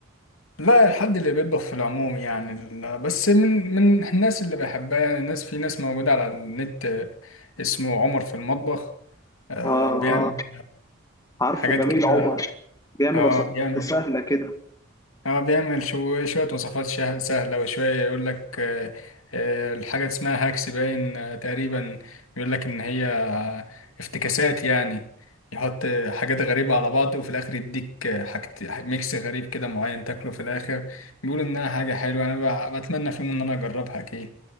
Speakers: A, on the left; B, on the left.
A: لا الحد اللي بيطبخ في العموم يعني ال- بس من من الناس اللي بحبها يعني الناس في ناس موجودة على النت آه، اسمه عمر في المطبخ آه،
B: اه اه
A: بيعمل
B: عارفه
A: حاجات
B: جميل
A: كده
B: عمر بيعمل
A: اه
B: وصفات
A: بيعمل
B: سهله كده
A: هو بيعمل شو شوية وصفات شه- سهلة وشوية يقول لك آه، آه، الحاجة اسمها هاكس باين آه، تقريبا يقول لك إن هي آه، افتكاسات يعني يحط آه، حاجات غريبة على بعض وفي الآخر يديك آه، حاجة ح- ميكس غريب كده معين تاكله في الآخر بيقول إنها حاجة حلوة أنا ب- بتمنى في يوم إن أنا أجربها أكيد